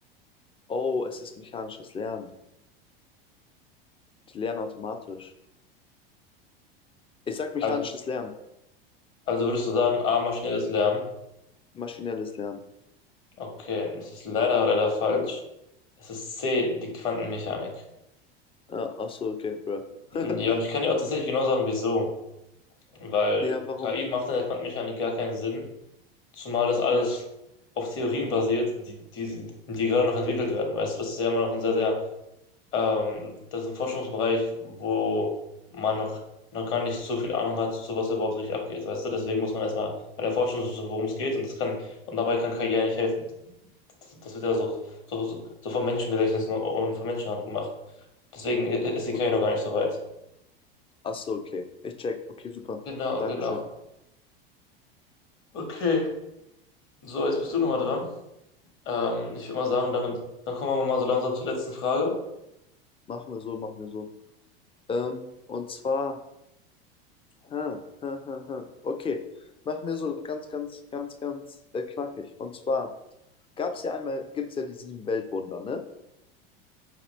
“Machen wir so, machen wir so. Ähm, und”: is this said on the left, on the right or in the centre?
Left